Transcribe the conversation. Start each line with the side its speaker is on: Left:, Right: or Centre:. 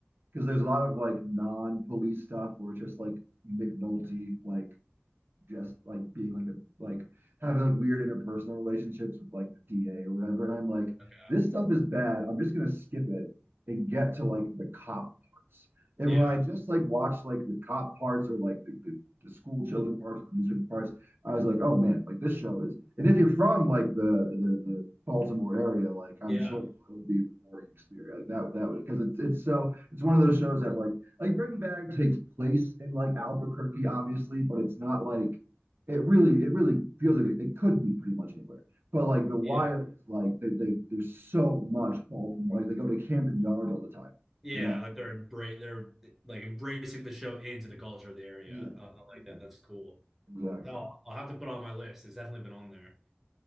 Right: because there's a lot of like non-police stuff where it's just like McNulty like just like being like a like having like weird interpersonal relationships with like the DA or whatever. And I'm like,
Centre: Okay.
Right: this stuff is bad. I'm just gonna skip it and get to like the cop parts. And
Centre: Yeah,
Right: when I just like watched like the cop parts or like the, the, the school children parts, the newspaper parts, I was like, oh man, like this show is. And if you're from like the the, the Baltimore area, like I'm
Centre: yeah,
Right: sure it would be a rewarding experience. Like that that would because it's it's so it's one of those shows that like like Breaking Bad takes place in like Albuquerque, obviously, but it's not like it really it really feels like it, it could be pretty much anywhere. But like The Wire
Centre: yeah,
Right: is like they, they there's so much Baltimore. Like they go to Camden Yards all the time,
Centre: yeah.
Right: you know?
Centre: Like they're embrace they're like embracing the show into the culture of the area.
Right: Yeah,
Centre: I, I like
Right: yeah,
Centre: that. That's cool.
Right: exactly.
Centre: Oh, I'll have to put it on my list. It's definitely been on there.